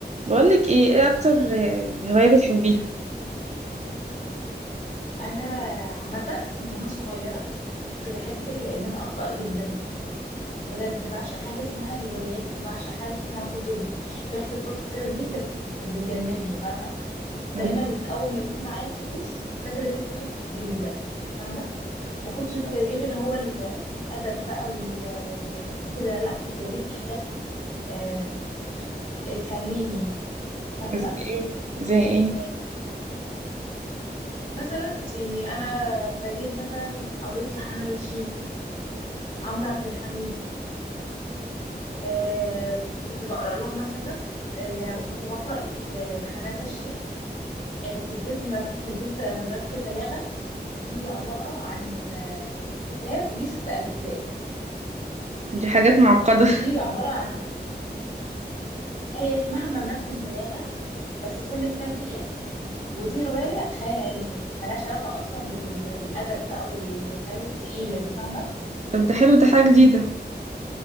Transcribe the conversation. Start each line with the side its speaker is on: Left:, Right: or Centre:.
Right: بقولك ايه ايه اكتر هواية بتحبيها
Left: انا عامه من وانا صغيره كنت بحب ال- ان انا اقرا جدا بجد بعشق حاجه اسمها روايات وبعشق حاجه اسمها كتب ريحه الكتب كده دي كانت كانت بتجنني فاهمه كنت دايما
Right: مم.
Left: اول ما يكون معايا فلوس كنت اجري اجيب كتب جديده فاهمه ما كنتش ببقى بجيب اللي هو ال- الادب بقى وال- وكده لا كنت بجيب حاجات آه، تسليني فاهمه
Right: زي ايه زي ايه
Left: آه، مثلا يعني انا بجيب مثلا قريت لحنان لاشين عمرو عبد الحميد آه كنت بقرا لهم مثلا اللي كنت بقرا ل- لحنان نشين آه، سلسله مب- سلسله مملكه البلاغه دي عباره عن آه، كتاب ليه ست اجزاء
Right: دي حاجات معقدة
Left: دي عباره عن هي اسمها مملكه البلاغه بس كل كتاب ليه اسم ودي روايه خيال علمي ملهاش علاقه اصلا بال- بالادب بقى وال- والحاجات التقيله دي فاهمه
Right: <laughs> طب ده حلو ده حاجة جديدة